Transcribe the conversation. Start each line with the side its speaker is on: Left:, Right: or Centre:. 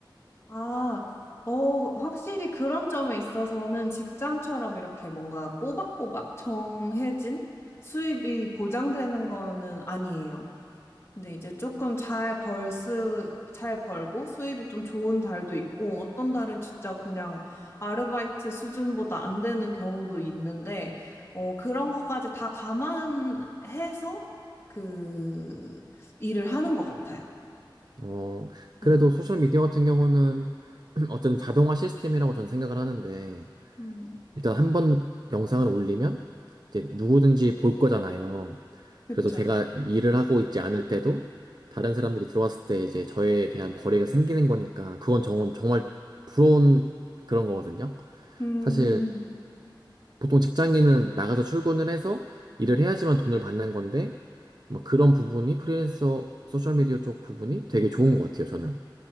Left: 아, 어, 확실히 그런 점에 있어서는 직장처럼 이렇게 뭔가 꼬박꼬박 정해진 수입이 보장되는 거는 아니에요. 근데 이제 조금 잘 벌 수, 잘 벌고 수입이 좀 좋은 달도 있고 어떤 달은 진짜 그냥 아르바이트 수준보다 안 되는 경우도 있는데 어, 그런 것까지 다 감안해서 그 일을 하는 것 같아요.
Right: 어,
Left: 네.
Right: 그래도 소셜미디어 같은 경우는 <clears throat> 어쨌든 자동화 시스템이라고 저는 생각을 하는데,
Left: 음,
Right: 일단 한번 영상을 올리면 이제 누구든지 볼 거잖아요.
Left: 그쵸.
Right: 그래서 제가 일을 하고 있지 않을 때도 다른 사람들이 들어왔을 때 이제 저에 대한 벌이가 생기는 거니까, 그건 정, 정말 부러운 그런 거거든요.
Left: 음,
Right: 사실 보통 직장인은 나가서 출근을 해서 일을 해야지만 돈을 받는 건데, 뭐 그런 부분이 프리랜서 소셜미디어 쪽 부분이 되게 좋은 것 같아요, 저는.